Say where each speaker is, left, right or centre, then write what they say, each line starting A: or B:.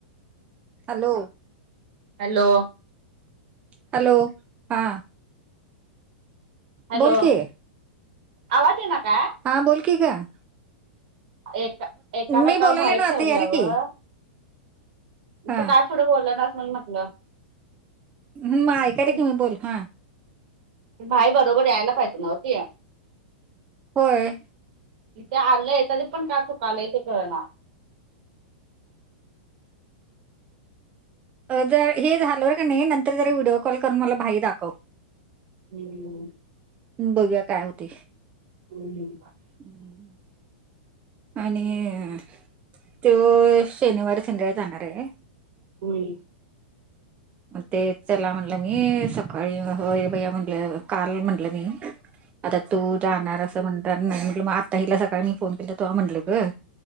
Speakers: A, on the right; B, on the right.
A: हॅलो!
B: हॅलो!
A: हॅलो हा
B: हॅलो
A: बोल की
B: आवाज आहे ना का.
A: हा बोलकी गं
B: एका एकामेकावर
A: मी बोलायले
B: भाई
A: ना आता
B: ठेवल्यावर
A: याल की हा
B: तू काय पुढं बोल नास म्हणुन म्हटलं
A: हम्म, ऐकाय की
B: ते
A: तुम्ही मी बोल हा
B: भाई बरोबर यायला पाहिजे नव्ह ती.
A: होय.
B: इथे आलंय तरी पण काय चुका आलंय ते कळणा.
A: जर हे झालवर का नाही नंतर जरी व्हिडिओ कॉल करून मला भाई दाखव
B: हम्म
A: बघूया काय होतंय.
B: हम् हम <inaudible>
A: हम् <inaudible> आणि त्यो शनिवार संध्याकाळी जाणार आहे.
B: हम्म
A: मग ते चला म्हणलं मी सकाळी हैर भैया म्हणलं काल म्हनलं मी, आता तू जाणार असं म्हणणार नाही म्हटलं मग आता हिला सकाळी मी फोन केला तो म्हटलं ग,